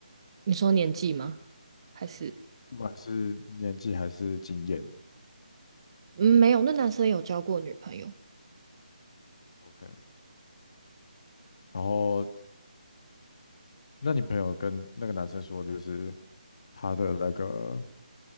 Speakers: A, on the right (about 40°); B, on the left (about 45°).
A: 你说年纪吗？还是，
B: 不管是年纪还是经验
A: 嗯，没有，那男生有交过女朋友，
B: ，OK，然后那你朋友跟那个男生说，就是他的那个